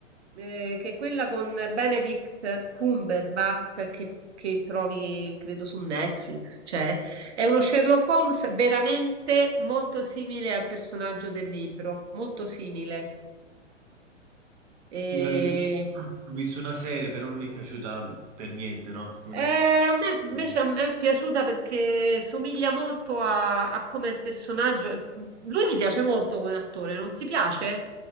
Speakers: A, on the right (about 60°); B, on the right (about 35°).
A: eh, che è quella con Benedict Cumberbatch che, che trovi, credo, su Netflix, c'è. È uno Sherlock Holmes veramente molto simile al personaggio del libro, molto simile. E-
B: Sì, allora io ho visto ho visto una serie, però non mi è piaciuta per niente, no? Una
A: eh,
B: se-
A: a me invece
B: eh,
A: a me è piaciuta perché somiglia molto a, a come è il personaggio. E Lui mi piace molto come attore, non ti piace?